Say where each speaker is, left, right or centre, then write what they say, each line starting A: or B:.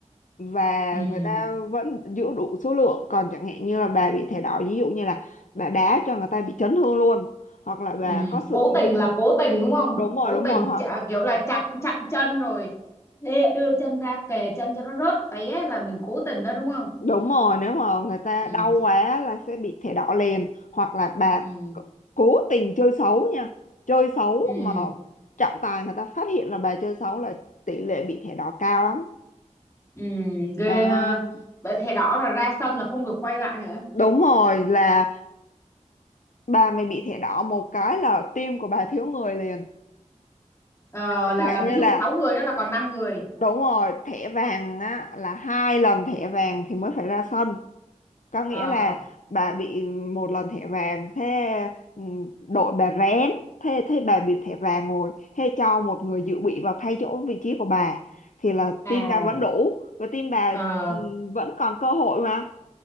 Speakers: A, on the left; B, on the left.
A: và
B: ừ
A: người ta vẫn giữ đủ số lượng còn chẳng hạn như là bà bị thẻ đỏ ví dụ như là bà đá cho người ta bị chấn thương luôn hoặc là bà
B: Ừ,
A: có sử
B: cố tình
A: dụng
B: là cố tình đúng không?
A: đúng rồi
B: Cố
A: đúng
B: tình
A: rồi họ
B: chạ- kiểu là chặn chặn chân rồi đê, đưa chân ra kề chân cho nó rớt té là mình cố tình đó đúng không?
A: đúng rồi nếu mà người ta
B: Ừ,
A: đau quá là sẽ bị thẻ đỏ liền hoặc là bà
B: ừ,
A: c- cố tình chơi xấu nha chơi xấu
B: ừ,
A: mà trọng tài người ta phát hiện là bà chơi xấu là tỷ lệ bị thẻ đỏ cao lắm
B: ừ, ghê
A: đó
B: ha. Vậy thẻ đỏ là ra sân là không được quay lại hả?
A: đúng rồi là bà mày bị thẻ đỏ một cái là tim của bà thiếu người liền
B: Ờ,
A: chẳng
B: là
A: hạn
B: là ví
A: như
B: dụ
A: là
B: sáu người đó là còn năm người.
A: Đúng rồi, thẻ vàng á là hai lần thẻ vàng thì mới phải ra sân. Có nghĩa
B: Ờ,
A: là bà bị một lần thẻ vàng thế ừ, đội bà rén thế thế bà bị thẻ vàng rồi thế cho một người dự bị vào thay chỗ vị trí của bà thì là
B: à,
A: team bà vẫn đủ và team bà
B: ờ,
A: ừ, vẫn còn cơ hội mà.